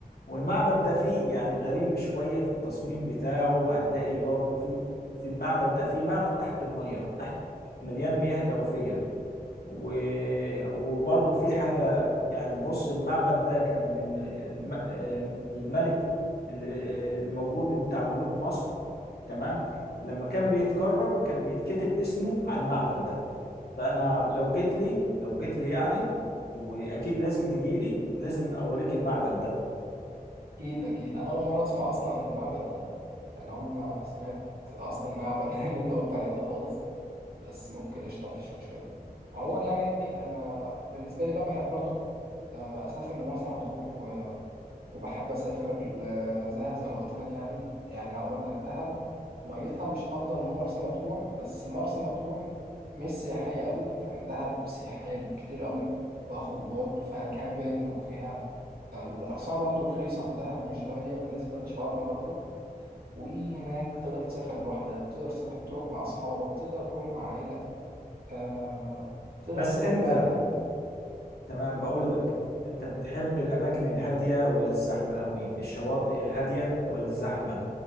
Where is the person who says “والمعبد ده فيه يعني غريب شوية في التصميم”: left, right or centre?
Left